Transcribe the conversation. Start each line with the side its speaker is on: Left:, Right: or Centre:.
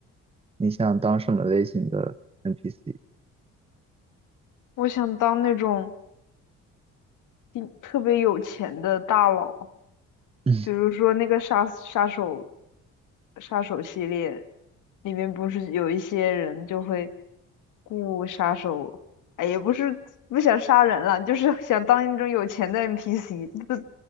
Right: 你想当什么类型的 NPC？
Left: 我想当那种一特别有钱的大佬，
Right: 嗯，
Left: 比如说那个杀杀手，杀手系列里面不是有一些人就会雇杀手，哎，也不是不想杀人了，就是想当那种有钱的 NPC。不，<laughs>